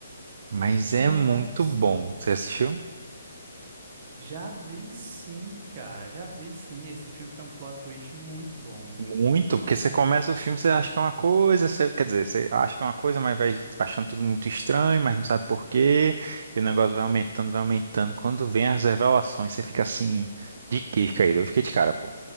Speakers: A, on the right (about 55°); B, on the right (about 40°).
A: Mas é
B: Nossa.
A: muito bom. Você assistiu?
B: Já vi sim, cara, já vi sim. Esse filme tem um plot twist muito bom,
A: Muito,
B: muito
A: porque você
B: bom.
A: começa o filme, você acha que é uma coisa, você- quer dizer, você acha que é uma coisa, mas vai achando tudo muito estranho, mas não sabe por quê, e o negócio vai aumentando, vai aumentando. Quando vem as revelações, você fica assim, de queixo caído. Eu fiquei de cara, pô.